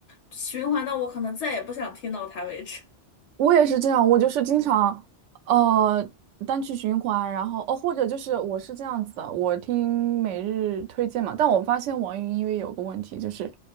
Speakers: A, on the left; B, on the right.
A: 循环到我可能再也不想听到它为止。
B: 我也是这样，我就是经常呃单曲循环，然后哦或者就是我是这样子的，我听每日推荐嘛，但我发现网易云音乐有个问题，就是